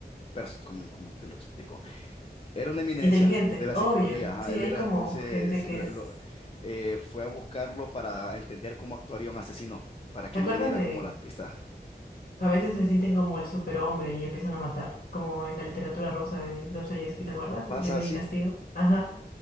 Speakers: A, on the left; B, on the left.
A: pers- como, como te lo explico. Era una eminencia
B: Inteligente,
A: de la
B: obvio.
A: psicología. ajá,
B: Sí,
A: Él
B: hay
A: era
B: como
A: entonces,
B: gente que
A: lo-
B: es.
A: lo- eh, fue a buscarlo para entender cómo actuaría un asesino, para que
B: ¿Te acuerdas
A: él le diera
B: de
A: como las pistas.
B: que a veces se sienten como el superhombre y empiezan a matar? Como en la literatura rusa de Dostoyevsky, ¿te acuerdas?
A: ¿Pasa
B: De Crimen
A: así?
B: y Castigo. Ajá.